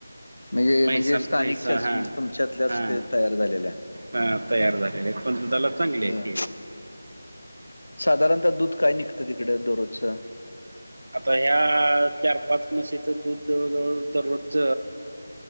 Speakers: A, on the left (about 75°); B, on the right (about 50°).
A: म्हणजे
B: म्हैसाण
A: म्हणजे स्थानिकच्याच
B: म्हैसा हा
A: म्हणजे तुमच्यातल्याच
B: हा
A: ते तयार झालेल्या
B: हा तयार झालेले आहेत पण दुधाला चांगले
A: बरं.
B: आहेत
A: साधारणतः दूध काय निघतं तिकडे दररोज च
B: आता ह्या चार पाच मशीचं दूध जवळ जवळ दररोजच